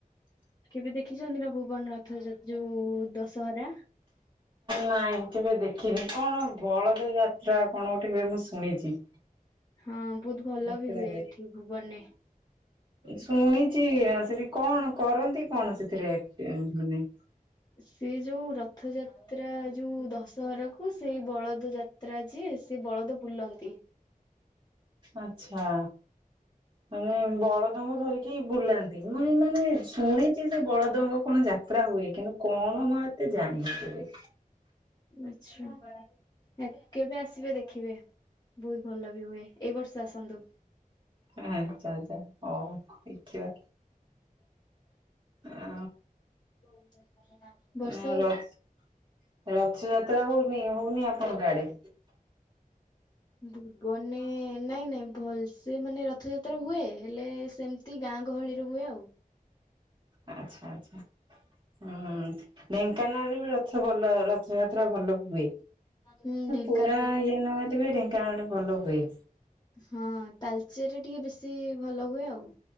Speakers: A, on the left; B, on the right.
A: କେବେ ଦେଖିଛନ୍ତି ନା ଭୁବନ ରଥ ଯୋଉ ଦଶହରା?
B: ନାଇଁ କେବେ ଦେଖିନି। କଣ ବଳଦେବ ଯାତ୍ରା କଣ ଗୋଟେ ହୁଏ ମୁଁ ଶୁଣିଛି।
A: ହଁ ବହୁତ ଭଲ
B: ଯାତ୍ରାରେ।
A: ବି ହୁଏ ଏଠି ଭୁବନରେ।
B: ଶୁଣିଛି ସେଠି କଣ କରନ୍ତି କଣ ସେଥିରେ। ମାନେ
A: ସେ ଯୋଉ ରଥଯାତ୍ରା ଯାତ୍ରା ଯୋଉ ଦଶହରାକୁ ସେଇ ବଳଦ ଯାତ୍ରା ଯିଏ ସେ ବଳଦ ବୁଲନ୍ତି।
B: ଆଛା ମାନେ ବଳଦଙ୍କୁ ଧରି ବୁଲାନ୍ତି ମୁଁ ମାନେ ଶୁଣିଛି ସେ ବଳଦେବଙ୍କ କଣ ଯାତ୍ରା ହୁଏ। କିନ୍ତୁ କଣ ମୋ ଜାଣିଥବେ।
A: ଆଛା କେବେ ଆସିବେ ଦେଖିବେ। ବହୁତ ଭଲ ବି ହୁଏ। ଏଇ ବର୍ଷ ଆସନ୍ତୁ।
B: ଆଚ୍ଛା ଆଚ୍ଛା ହଉ ଦେଖିବା ଆ
A: <inaudible>
B: ଆ
A: ହଉ
B: ରଥ ରଥଯାତ୍ରା ହଉନି ହଉନି ଆପଣଙ୍କ ଆଡେ।
A: ଭୁବନେ ନାଇଁ ନାଇଁ ଭଲସେ ମାନେ ରଥଯାତ୍ରା ହୁଏ। ହେଲେ ସେମତି ଦ ଗାଁ ଗହଳିରୁ ହୁଏ ଆଉ।
B: ଆଚ୍ଛା ଆଚ୍ଛା ହୁଁ। ଢେଙ୍କାନାଳରେ ବି ରଥ ଭଲ ରଥଯାତ୍ରା ଭଲ ହୁଏ।
A: ହୁଁ ଢେଙ୍କାନାଳ
B: ପୁରା ଇ ଦବେ ଢେଙ୍କାନାଳେ ଭଲ ହୁଏ।
A: ହଁ ତାଲଚେରରେ ଟିକେ ବେଶୀ ଭଲ ହୁଏ ଆଉ।